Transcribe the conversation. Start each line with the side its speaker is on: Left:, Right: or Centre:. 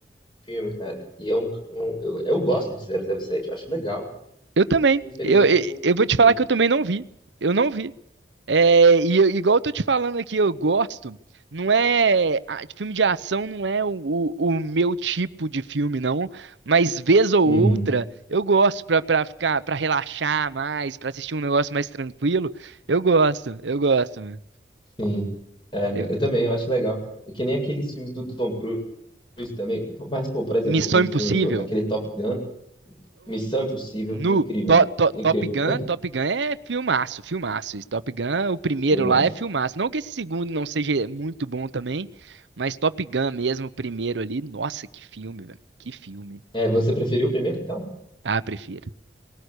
Left: filme, cara. E é um, um- eu, eu gosto de 007, eu acho legal.
Right: Eu também.
Left: Infelizmente
Right: Eu, eu,
Left: eu não, não
Right: eu vou
Left: vi.
Right: te falar que eu também não vi. Eu não vi. É, e eu- igual eu tô te falando aqui, eu gosto. Não é. a- Filme de ação não é o, o, o meu tipo de filme, não. Mas vez ou
Left: Uhum.
Right: outra, eu gosto pra, pra ficar, pra relaxar mais, pra assistir um negócio mais tranquilo. Eu gosto, eu gosto. meu.
Left: Sim, é,
Right: Eh,
Left: eu também, eu acho legal. É Que nem aqueles filmes do Tom Cruise também. Mas, pô, por exemplo,
Right: Missão
Left: o
Right: Impossível.
Left: filme, o- aquele Top Gun, Missão Impossível,
Right: no
Left: incrível,
Right: to, To-
Left: incrível,
Right: Top Gun, Top Gun é filmaço, filmaço. Esse Top Gun, o primeiro
Left: filmaço.
Right: lá é filmaço. Não que esse segundo não seja muito bom também, mas Top Gun mesmo, o primeiro ali, nossa, que filme, velho. Que filme.
Left: É, você preferiu o primeiro, então?
Right: Ah, prefiro,